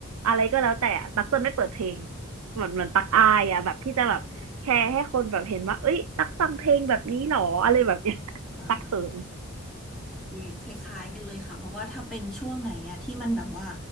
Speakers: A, on the right; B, in the centre.
A: อะไรก็แล้วแต่อะตักจะไม่เปิดเพลงเหมือนเหมือนตักอายอ่ะแบบที่จะแบบแชร์ให้คนแบบเห็นว่าเอ้ยตักฟังเพลงแบบนี้หรออะไรแบบเนี้ย <laughs>
B: อา
A: ตักเขิน
B: อุ้ยคล้ายๆกันเลยค่ะเพราะว่าถ้าเป็นช่วงไหนอะที่มันแบบว่า